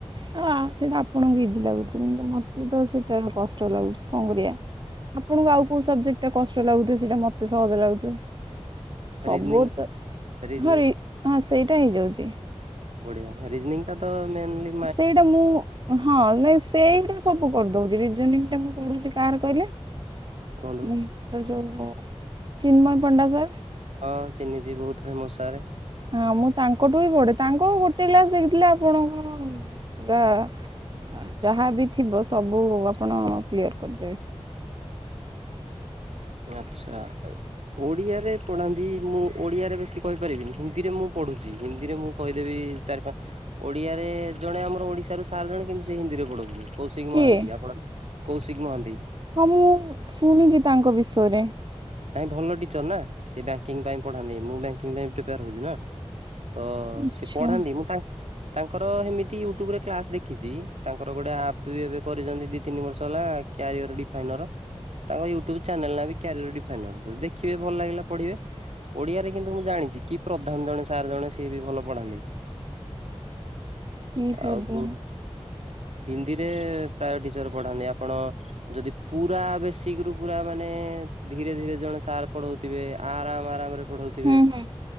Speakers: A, on the right; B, on the right.
A: ତ ଆ-ସେଇଟା ଆପଣଙ୍କୁ ଇଜି ଲାଗୁଚି କିନ୍ତୁ ମତେ ତ ସେଇଟା କଷ୍ଟ ଲାଗୁଚି କଣ୍ କରିବା। ଆପଣଙ୍କୁ ଆଉ କଉ ସବଜେକ୍ଟ୍ ଟା କଷ୍ଟ ଲାଗୁଥିବ ସେଇଟା ମତେ ସହଜ ଲାଗୁଥିବ। ସବୁତ
B: ରିଜନିଂ ରିଜନିଂ
A: ହରି- ହଁ ସେଇଟା ହେଇଯାଉଚି।
B: ବଢିଆ ରିଜନିଂଙ୍ଗ ଟା ତ ମେନ୍ଲି
A: ସେଇଟା ମୁଁ- ହଁ ନାଇଁ ସେ ନା ସବୁ କରିଦଉଚି ରିଜିନିଂଙ୍ଗ ଟା ମୁଁ ପଢୁଚି କାର କହିଲେ
B: କୁହନ୍ତୁ
A: ଏ ଯଉ ଚିନ୍ମୟ ପଣ୍ଡା ସାର୍
B: ହଁ ଚିହ୍ନିଚି ବହୁତ୍ ଫେମସ୍ ସାରେ।
A: ହଁ ମୁଁ ତାଙ୍କଠୁ ହିଁ ପଢ଼େ ତାଙ୍କୁ ଗୋଟେ କ୍ଲାସ୍ ଦେଖିଦେଲେ ଆପଣ କଣ ପୁରା ଆଉ ଯାହା ବି ଥିବ ସବୁ ଆପଣ କ୍ଲିୟର୍ କରିଦେବେ।
B: ଆଚ୍ଛା ଏ ଓଡ଼ିଆରେ ପଢାନ୍ତି ମୁଁ ଓଡ଼ିଆରେ ବେଶୀ କହିପାରିବିନି ହିନ୍ଦୀରେ ମୁଁ ପଢୁଚି ହିନ୍ଦୀରେ ମୁଁ କହିଦେବି ଚାରି ପା- ଓଡିଆରେ ଜଣେ ଆମର ଓଡିଶାରୁ ସାର୍ ଜଣେ କିନ୍ତୁ ସେ ହିନ୍ଦୀରେ ପଢଉଚନ୍ତି। କୌଶିକ୍
A: କିଏ
B: ମହାନ୍ତି ଆପଣ କୌଶିକ୍ ମହାନ୍ତି।
A: ହଁ ମୁଁ ଶୁଣିଚି ତାଙ୍କ ବିଷୟରେ।
B: ତାଙ୍କେ ଭଲ ଟିଚର୍ ନା ସେ ବ୍ୟାଙ୍କିଙ୍ଗ୍ ପାଇଁ ପଢାନ୍ତି ମୁଁ ବ୍ୟାଙ୍କିଙ୍ଗ୍ ପାଇଁ ପ୍ରିପେୟାର୍ ହଉଚି ନା। ତ
A: ଆଚ୍ଛା
B: ସେ ପଢାନ୍ତି ମୁଁ ତାଙ୍କ୍ ତାଙ୍କର ହେମିତି ୟୁଟ୍ୟୁବ ରେ କ୍ଲାସ୍ ଦେଖିଚି ତାଙ୍କର ଗୋଟେ ଆପ୍ ବି ଏବେ କରିଚନ୍ତି ଦି ତିନି ବର୍ଷ ହେଲା କ୍ୟାରିୟର ଡିଫାଇନର ତାଙ୍କ ୟୁଟ୍ୟୁବ୍ ଚ୍ୟାନେଲ୍ ନାଁ ବି କ୍ୟାରିୟର ଡିପ୍ ଫାଇନାଲ୍ ଯଦି ଦେଖିବେ ଭଲ ଲାଗିଲା ପଢିବେ। ଓଡିଆରେ କିନ୍ତୁ ମୁଁ ଜାଣିଚି କି ପ୍ରଧାନ ଜଣେ ସାର୍ ଜଣେ ସେ ବି ଭଲ ପଢ଼ାନ୍ତି।
A: କି ପ୍ରଧାନ
B: ଆଉ ହିନ୍ଦ୍- ହିନ୍ଦୀରେ ପ୍ରାୟ ଟିଚର୍ ପଢାନ୍ତି ଆପଣ ଯଦି ପୁରା ବେଶି ଗ୍ରୁପ୍ ରା ଆମେ ମାନେ ଧୀରେ ଧୀରେ ଜଣେ ସାର୍ ପଢଉଥିବେ ଆରାମ୍ ଆରାମ୍ ରେ ପଢଉଥିବେ
A: ହୁଁ ହୁଁ